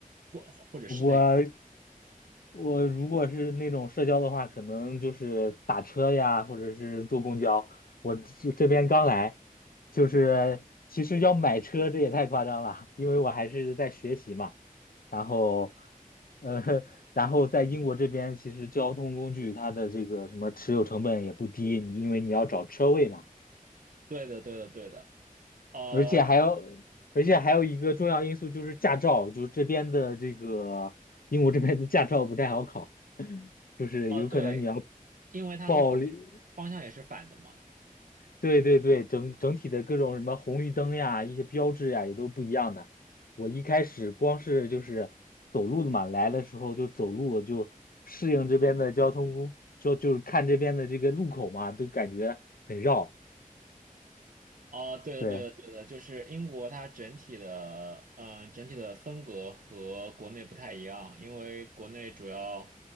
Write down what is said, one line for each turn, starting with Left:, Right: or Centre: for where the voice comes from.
Right: 或或者室内运动？
Left: 我我如果是那种社交的话，可能就是打车呀，或者是坐公交。我这这边刚来，就是其实要买车，这也太夸张了，因为我还是在学习嘛。然后，呃，<laughs> 然后在英国这边，其实交通工具它的这个什么持有成本也不低，你因为你要找车位嘛。
Right: 对的，对的，对的。呃
Left: 而且还有，而且还有一个重要因素就是驾照，就是这边的这个英国这边的驾照不太好考，<laughs> 就是有可能你要
Right: 呃，对，因为它和国内方向也是反的嘛。
Left: 报绿，对对对，整整体的各种什么红绿灯呀、一些标志呀也都不一样的。我一开始光是就是走路的嘛，来的时候就走路就适应这边的交通工，就就是看这边的这个路口嘛，都感觉很绕。
Right: 哦，对的，
Left: 对，
Right: 对的，对的，就是英国它整体的，嗯、整体的风格和国内不太一样，因为国内主要，